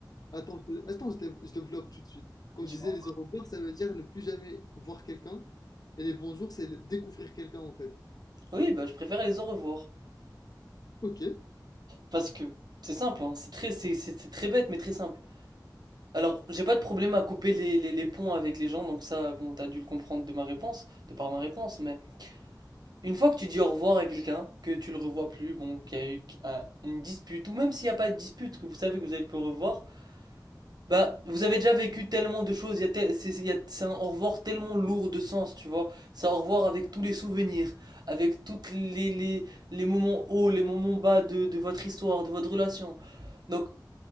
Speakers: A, on the left; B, on the right.
A: Attends, je- attends, je, dé- je développe tout de suite. Quand
B: Dis-moi.
A: je disais les au revoir, ça veut dire ne plus jamais voir quelqu'un. Et les bonjours, c'est le- découvrir quelqu'un, en fait.
B: Oui, bah je préfère les au revoir.
A: Ok,
B: Parce que c'est simple, hein, c'est très, c'est, c'est- c'est très bête, mais très simple. Alors, j'ai pas de problème à couper les, les- les ponts avec les gens, donc ça, bon, t'as dû le comprendre de ma réponse, de par ma réponse, mais une fois que tu dis au revoir à quelqu'un, que tu le revois plus, bon, qu'il y a eu qu- un- une dispute, ou même s'il n'y a pas de dispute, que vous savez que vous allez le revoir, bah, vous avez déjà vécu tellement de choses, il y a tel- c'est c'est- il y a- c'est un au revoir tellement lourd de sens, tu vois. C'est un au revoir avec tous les souvenirs, avec toutes les, les, les moments hauts, les moments bas de, de votre histoire, de votre relation. Donc,